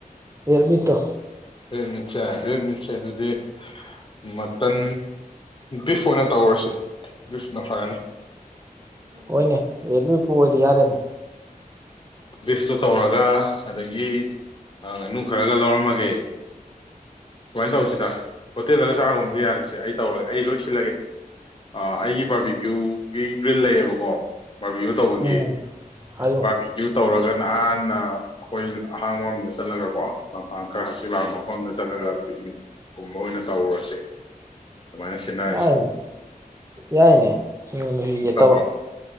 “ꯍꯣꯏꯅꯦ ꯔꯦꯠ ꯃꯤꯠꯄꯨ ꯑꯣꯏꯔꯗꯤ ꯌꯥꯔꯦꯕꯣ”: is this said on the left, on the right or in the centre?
Right